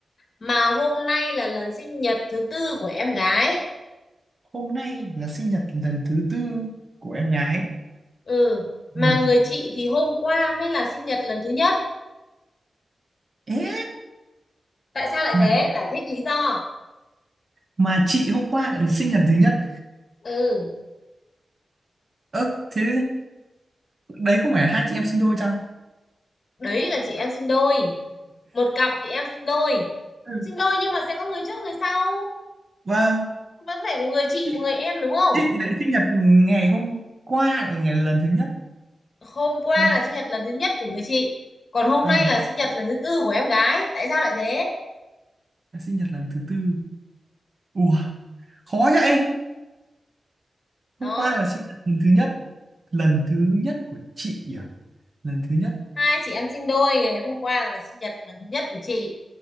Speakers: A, on the left; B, on the right.
A: mà hôm nay là lần sinh nhật thứ tư của em gái
B: hôm nay là sinh nhật lần thứ tư của em gái
A: ừ mà
B: Ừ.
A: người chị thì hôm qua mới là sinh nhật lần thứ nhất
B: ế
A: tại sao lại
B: mà
A: thế giải thích lý do
B: mà chị hôm qua lại là sinh nhật thứ nhất
A: ừ
B: ơ thế đấy không phải là hai chị em sinh đôi chăng
A: đấy là chị em sinh đôi một cặp chị em sinh đôi
B: ừ.
A: sinh đôi nhưng mà sẽ có người trước người sau
B: vâng
A: vẫn phải có người chị
B: chị,
A: một người em đúng không
B: chị lại sinh nhật ngày hôm qua là ngày lần thứ nhất
A: hôm qua
B: lần
A: là sinh nhật lần thứ nhất của người chị còn hôm
B: ừ.
A: nay là sinh nhật lần thứ tư của em gái tại sao lại thế
B: là sinh nhật lần thứ tư ủa khó vậy
A: đó
B: hôm qua là sinh nhật lần thứ nhất lần thứ nhất của chị à lần thứ nhất
A: hai chị em sinh đôi ngày hôm qua là sinh nhật lần thứ nhất của chị